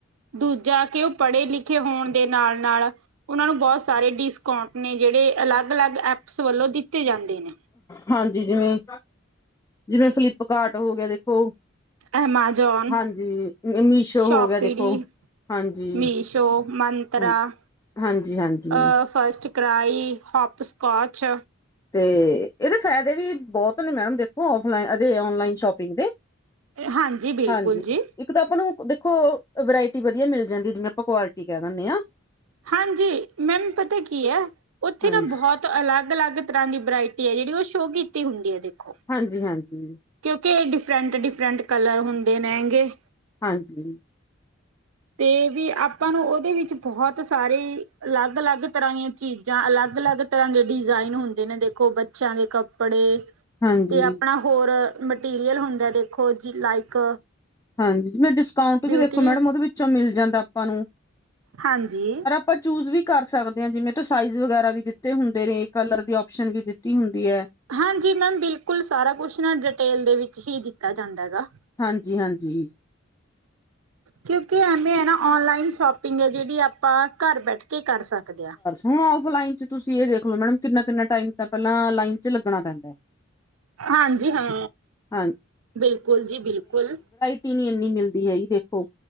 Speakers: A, on the right; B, on the left.
A: ਦੂਜਾ ਕਿ ਉਹ ਪੜੇ ਲਿਖੇ ਹੋਣ ਦੇ ਨਾਲ ਨਾਲ ਉਹਨਾਂ ਨੂੰ ਬਹੁਤ ਸਾਰੇ ਡਿਸਕਾਊਂਟ ਨੇ ਜਿਹੜੇ ਅਲੱਗ- ਅਲੱਗ ਐਪਸ ਵੱਲੋਂ ਦਿੱਤੇ ਜਾਂਦੇ ਨੇ
B: ਹਾਂਜੀ ਜਿਵੇਂ ਜਿਵੇਂ ਫਲਿੱਪਕਾਰਟ ਹੋ ਗਿਆ ਦੇਖੋ
A: ਐਮਾਜ਼ੋਨ,
B: ਹਾਂਜੀ ਮੀਸ਼ੋ
A: ਸ਼ੋਪੀਡੀ
B: ਹੋ ਗਿਆ ਦੇਖੋ ਹਾਂਜੀ
A: ਮੀਸ਼ੋ, ਮੰਤਰਾ
B: ਹਾਂ
A: ਅ
B: ਹਾਂਜੀ-ਹਾਂਜੀ
A: ਫਸਟ ਕਰਾਈ, ਹੋਪਸਕੋਚ
B: ਤੇ ਇਹਦੇ ਫਾਇਦੇ ਵੀ ਬਹੁਤ ਨੇ ਮੈਮ ਦੇਖੋ ਓਫਲਾਈਨ ਐਦੇ ਓਨਲਾਈਨ ਸ਼ੋਪਿੰਗ ਦੇ
A: ਹਾਂਜੀ ਬਿਲਕੁਲ
B: ਹਾਂਜੀ
A: ਜੀ
B: ਇੱਕ ਤਾਂ ਆਪਾਂ ਨੂੰ ਦੇਖੋ ਵਰਾਇਟੀ ਵਧੀਆ ਮਿਲ ਜਾਂਦੀ ਜਿਵੇਂ ਆਪਾਂ ਕੁਆਲਿਟੀ ਕਹਿ ਦਿੰਨੇ ਆ
A: ਹਾਂਜੀ ਮੈਮ ਪਤਾ ਕੀ ਹੈ ਉੱਥੇ
B: ਹਾਂਜੀ,
A: ਤਾਂ ਬਹੁਤ ਅਲੱਗ ਅਲੱਗ ਤਰ੍ਹਾਂ ਦੀ ਵਰਾਇਟੀ ਹੈ ਜਿਹੜੀ ਉਹ ਸ਼ੋਅ ਕੀਤੀ ਹੁੰਦੀ ਹੈ ਦੇਖੋ
B: ਹਾਂਜੀ ਹਾਂਜੀ
A: ਕਿਉਂਕਿ ਇਹ ਡਿਫਰੈਂਟ ਡਿਫਰੈਂਟ ਕਲਰ ਹੁੰਦੇ ਨੇ ਗੇ
B: ਹਾਂਜੀ
A: ਤੇ ਵੀ ਆਪ ਆਪਾਂ ਨੂੰ ਉਹਦੇ ਵਿੱਚ ਬਹੁਤ ਸਾਰੇ ਅਲੱਗ ਅਲੱਗ ਤਰ੍ਹਾਂ ਦੀਆਂ ਚੀਜ਼ਾਂ ਅਲੱਗ ਅਲੱਗ ਤਰ੍ਹਾਂ ਦੇ ਡਿਜ਼ਾਇਨ ਹੁੰਦੇ ਨੇ ਦੇਖੋ ਬੱਚਿਆਂ ਦੇ ਕੱਪੜੇ
B: ਹਾਂਜੀ।
A: ਤੇ ਆਪਣਾ ਹੋਰ ਮਟੀਰੀਅਲ ਹੁੰਦਾ ਦੇਖੋ ਜੀ ਲਾਈਕ
B: ਹਾਂ ਜਿਵੇਂ ਡਿਸਕਾਊਂਟ
A: ਬਿਊਟੀ
B: ਵੀ ਦੇਖੋ ਮੈਡਮ ਉਹਦੇ ਵਿੱਚੋਂ ਮਿਲ ਜਾਂਦਾ ਆਪਾਂ ਨੂੰ
A: ਹਾਂਜੀ
B: ਪਾਂ ਚੂਜ ਵੀ ਕਰ ਸਕਦੇ ਹਾਂ ਜਿਵੇਂ ਤੋਂ ਸਾਈਜ਼ ਵਗੈਰਾ ਵੀ ਦਿੱਤੇ ਹੁੰਦੇ ਨੇ ਕਲਰ ਦੀ ਓਸ਼ਨ ਵੀ ਦਿੱਤੀ ਹੁੰਦੀ ਹੈ
A: ਹਾਂਜੀ ਮੈਮ ਬਿਲਕੁਲ ਸਾਰਾ ਕੁਛ ਨਾ ਡਿਟੇਲ ਦੇ ਵਿੱਚ ਹੀ ਦਿੱਤਾ ਜਾਂਦਾ ਗਾ
B: ਹਾਂਜੀ ਹਾਂਜੀ
A: ਕਿਉਂਕਿ ਐਮੇ ਆ ਨਾ ਓਨਲਾਈਨ ਸ਼ਾਪ ਪਿੰਗ ਆ ਜਿਹੜੀ ਆਪਾਂ ਘਰ ਬੈਠ ਕੇ ਕਰ ਸਕਦੇ ਹਾਂ
B: ਹੁਣ <unintelligible> ਔਫਲਾਈਨ ਚ ਤੁਸੀਂ ਇਹ ਦੇਖ ਲੋ ਮੈਡਮ ਕਿੰਨਾ ਕਿੰਨਾ ਟਾਈਮ ਤਾਂ ਪਹਿਲਾਂ ਲਾਈਨ ਚ ਲੱਗਣਾ ਪੈਂਦਾ ਹੈ
A: ਹਾਂਜੀ ਹਾਂ
B: ਹਾਂ
A: ਬਿਲਕੁਲ ਜੀ ਬਿਲਕੁਲ
B: ਟੀ ਨੀ ਇੰਨੀ ਮਿਲਦੀ ਹੈਗੀ ਦੇਖੋ